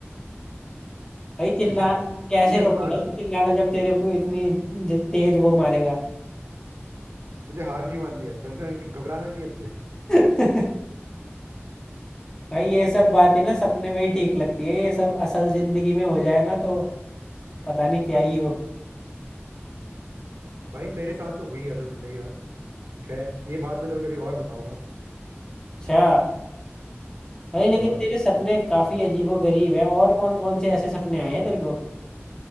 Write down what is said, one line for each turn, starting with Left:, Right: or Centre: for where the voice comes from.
Left: भाई चिल्ला
Right: तुझे
Left: कैसे
Right: तुझे
Left: रोकेगा
Right: हार
Left: तू चिल्लाना जब तेरे पे इतनी ज- तेज वो मारेगा
Right: तुझे हार नहीं माननी है डरना नहीं घबराना नहीं है तुझे
Left: <laughs> भाई ये सब बातें ना सपने में ही ठीक लगती है ये सब असल जिंदगी में हो जाए ना तो पता नहीं क्या ही हो
Right: भाई मेरे साथ तो हुई है असल जिंदगी में खैर ये बात मैं तेरे को कभी और बताऊंगा
Left: अच्छा भाई लेकिन
Right: हाँ
Left: तेरे सपने काफी अजीबो गरीब है और कौन कौन से ऐसे सपने आए हैं तेरे को